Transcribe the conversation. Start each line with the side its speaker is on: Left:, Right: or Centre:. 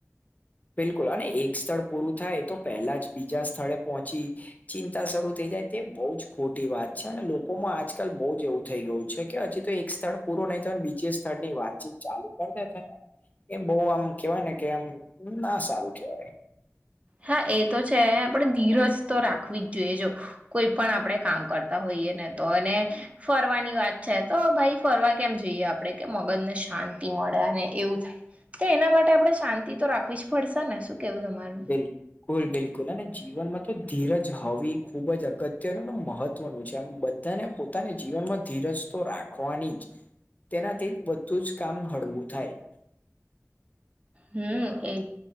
Left: બિલકુલ અને એક સ્થળ પૂરું થાય તો પહેલા જ બીજા સ્થળે પહોંચી ચિંતા શરૂ થઈ જાય તે બહુ જ ખોટી વાત છે અને લોકોમાં આજકાલ બહુ જ એવું થઈ ગયું છે કે હજી તો સ્થળ પૂરું નહી થાય ને બીજા સ્થળની વાતચીત ચાલુ કર દે છે ને એ બહુ આમ કેવાય ને કે આમ ના સારું કહેવાય.
Right: હા એ તો છે આપણે ધીરજ તો રાખવી જ જોઈજો. કોઈ પણ આપણેે કામ કરતા હોઈએ ને તો એને ફરવાની વાત છે તો ભાઈ ફરવા કેમ જોઈએ આપણે કે મગજ ને શાંતિ મળે અને એવું થાય. તો એના માટે આપણે શાંતિ તો રાખવી જ પડશે ને શું? કેવું તમારું
Left: બિલકુલ. બિલકુલ બિલકુલ અને જીવનમાં તો ધીરજ હોવી ખુબ જ અગત્યનું‌ મહત્વનું છે. એમ બધાને પોતાની જીવનમાં ધીરજ તો રાખવી જ જોઈએ. તેનાથી જ બધું જ કામ હળવું થાય.
Right: હમ એજ